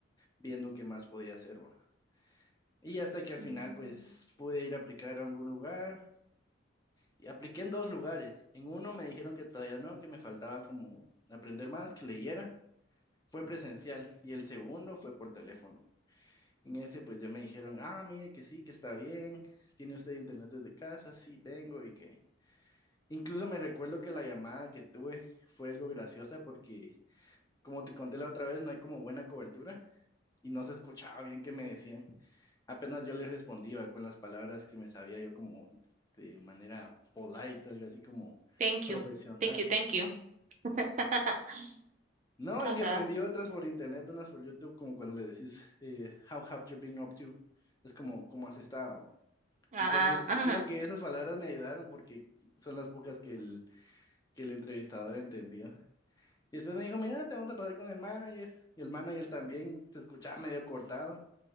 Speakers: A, on the left; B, on the right.
A: viendo qué más podía hacer, ¿va? Y hasta que al
B: Mm.
A: final, pues, pude ir a aplicar a algún lugar Y apliqué en dos lugares. En uno me dijeron que todavía no, que me faltaba como aprender más, que leyera. Fue presencial. Y el segundo fue por teléfono. En ese pues ya me dijeron, ah, mire que sí, que está bien. ¿Tiene usted internet desde casa? Sí, tengo. Y que incluso me recuerdo que la llamada que tuve fue algo graciosa porque, como te conté la otra vez, no hay como buena cobertura y no se escuchaba bien que me decían. Apenas yo le respondía con las palabras que me sabía yo como de manera polite, algo así como
B: Thank
A: profesionales.
B: you, thank you, thank you. <laughs>
A: No,
B: Ajá.
A: es que aprendí otras por internet, unas por YouTube, como cuando le decís, eh, How have you been up to? Es como, ¿cómo has estado?
B: Ah,
A: Entonces,
B: ajá.
A: creo que esas palabras me ayudaron porque son las pocas que el, que el entrevistador entendió. Y después me dijo, mira, te vamos a pasar con el manager. Y el manager también se escuchaba medio cortado.